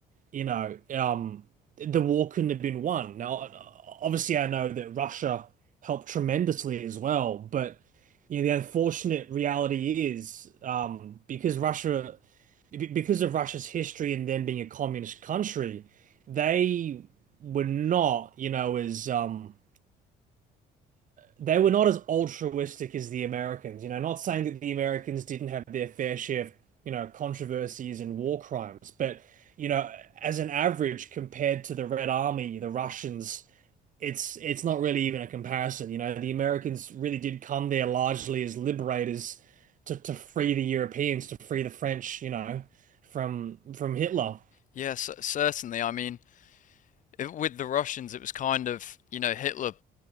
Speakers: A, on the right (about 50°); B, on the left (about 50°).
A: you know, um, the war couldn't have been won. Now, obviously, I know that Russia helped tremendously as well, but you know, the unfortunate reality is um, because Russia, be- because of Russia's history and them being a communist country, they were not, you know, as um, they were not as altruistic as the Americans. You know, not saying that the Americans didn't have their fair share of, you know, controversies and war crimes, but, you know, as an average compared to the Red Army, the Russians, it's it's not really even a comparison. You know, the Americans really did come there largely as liberators to, to free the Europeans, to free the French, you know, from from Hitler.
B: Yes, certainly. I mean, if, with the Russians, it was kind of, you know, Hitler